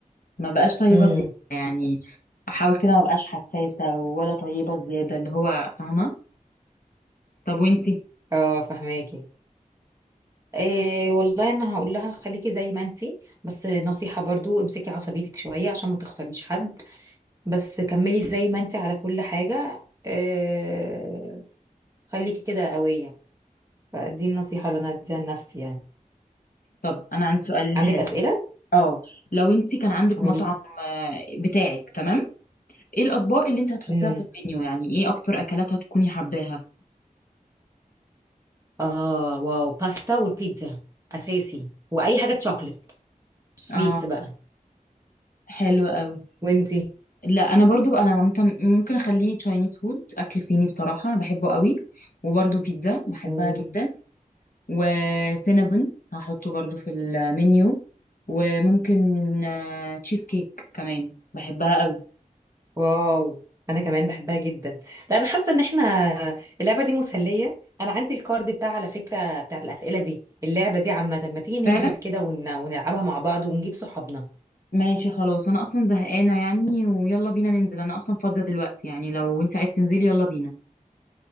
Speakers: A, on the left (about 75°); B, on the right (about 20°).
A: ما بقاش طيبه
B: امم
A: زياده يعني احاول كده ما بقاش حساسه ولا طيبه زياده اللي هو فاهمه طب وانتي
B: اه فهماكي إيه والله انا هقول لها خليكي زي ما انتي بس نصيحة برضو امسكي عصبيتك شوية عشان ما تخسريش حد بس كملي زي ما انتي على كل حاجة إيه خليكي كده قوية فدي النصيحة اللي أنا أديها لنفسي يعني
A: طب انا عندي سؤال
B: عندك
A: حلو
B: أسئلة؟
A: اه لو انت كان عندك
B: قولي
A: مطعم آه، بتاعك تمام ايه الاطباق اللي انت هتحطيها
B: امم
A: في المنيو يعني ايه اكتر اكلات هتكوني حباها
B: اه واو باستا والبيتزا اساسي واي حاجه تشوكلت سويتس
A: اه
B: بقى
A: حلو قوي
B: وانتي
A: لا انا برضو بقى انا ممكن ممكن اخليه تشاينيز فود اكل صيني بصراحه انا بحبه قوي وبرضو بيتزا بحبها
B: مم.
A: جدا وسينابون هحطه برضو في المنيو وممكن آه، تشيز كيك كمان بحبها قوي
B: واو أنا كمان بحبها جدا لا أنا حاسة إن إحنا اللعبة دي مسلية أنا عندي الكارد بتاع على فكرة بتاعت الأسئلة دي اللعبة دي عامة ما تيجي ننزل
A: فعلا
B: كده ون... ونلعبها مع بعض ونجيب صحابنا
A: ماشي خلاص انا اصلا زهقانه يعني ويلا بينا ننزل انا اصلا فاضيه دلوقتي يعني لو انت عايز تنزلي يلا بينا